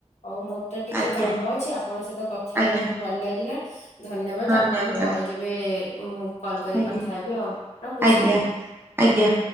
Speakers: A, on the left; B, on the right.
A: ଆଉ ମୋ ତ ଟିକେ
B: ଆଜ୍ଞା
A: କାମ ଅଛି ଆପଣଙ୍କ ସହିତ କଥା ହେଇ
B: ଆଜ୍ଞା
A: ବହୁତ୍ ଭଲ ଲାଗିଲା ଧନ୍ୟବାଦ
B: ଧନ୍ୟବାଦ
A: ଆପଣଙ୍କୁ ପରେ କେବେ କଲ୍ କରି
B: ଆଜ୍ଞା
A: କଥା ହେବି ଆଉ ରଖୁଚି?
B: ଆଜ୍ଞା ଆଜ୍ଞା।